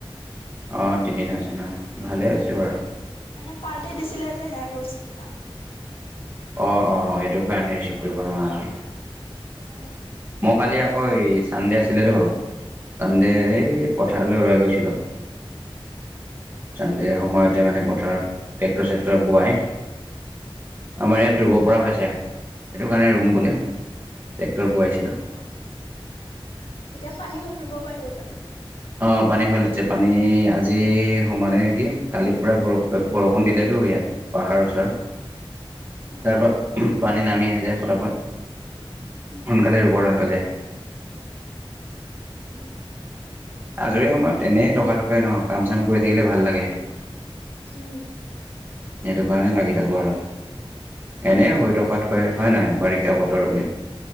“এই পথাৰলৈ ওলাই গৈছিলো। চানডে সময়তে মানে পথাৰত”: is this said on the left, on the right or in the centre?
Right